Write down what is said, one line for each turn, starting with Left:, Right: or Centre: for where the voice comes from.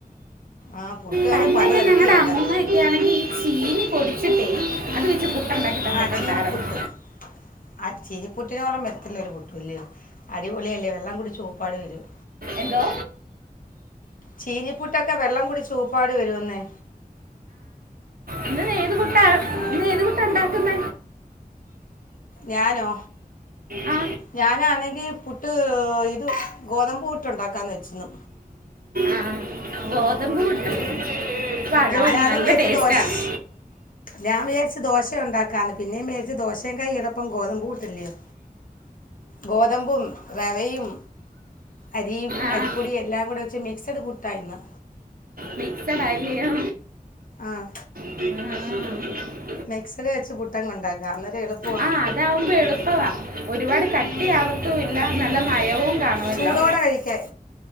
Left: ആ പുട്ട് തന്നെ
Right: പണ്ടൊക്കെ
Left: പലതരത്തിൽ
Right: ഞങ്ങളടെ
Left: ഉണ്ടാക്കാം
Right: അമ്മുമ്മ ഒക്കെ ആണെങ്കി ഈ ചീനി പൊടിച്ചിട്ടെ അത് ന്കി പുട്ടണ്ടാക്കി തന്നിട്ടുണ്ടായിരുന്നു
Left: ആ ചീനിപ്പുട്ട് ആ ചീരിപ്പുട്ടിനോളം വരത്തില്ല ഒരു പുട്ടുല്ലേ അടിപൊളിയ അല്ലേ വെള്ള കൂ ചൂപ്പാട് വരും
Right: എന്തോ
Left: ചീനിപ്പുട്ടൊക്കെ വെള്ളം കൂടി ചൂപ്പാട് വരുവന്നേ
Right: ഇന്ന് ഏത് കുട്ട
Left: ആ
Right: ഇ ഏത് കുട്ട ഉണ്ടാക്ന്ന
Left: ഞാനോ
Right: ആ
Left: ഞാനാണെങ്കി പു ട്ട് ഇത് ഗോതമ്പ് വട്ട്ണ്ടാക്കാന്ന് വെച്ചിന്ന്.
Right: ആ ഗോതമ്പ്. പുട്ടും
Left: ഉം
Right: പഴവും
Left: ഞാന ആദ്യം
Right: നല്ല
Left: മേച്ച
Right: ടേസ്റ്റാണ്
Left: ദോശ് ഞാൻ മോരിച്ചു ദോശയ ഉണ്ടാക്കന്ന് പിന്നേും മേരിച്ച് ദോശയും കൈയിടൊപ്പം ഗോതമ്പ പൂട്ടില്ലന്ന് ഗോതമ്പും റെവയും അരിയും
Right: ആ
Left: അരിപ്പൊടിയും എല്ലാം കൂടെ വെച്ച് മിക്സഡ് പുട്ടായിന്ന്
Right: മിക്സഡയിലിയോ
Left: ആഹ്‌.
Right: ആ <unintelligible>
Left: മിക്സർ വെച്ച് പുട്ടാങ് കൊണ്ടാക്കാ അന്നേര എളുപ്പവാ
Right: ആ അതാവുമ്പോ എളുപ്പവാ ഒരുപാട് കട്ടിയ ആവത്തും ഇല്ല നല്ല മയവും കാണുമല്ലോ
Left: ചൂടോടെ കഴിക്കാൻ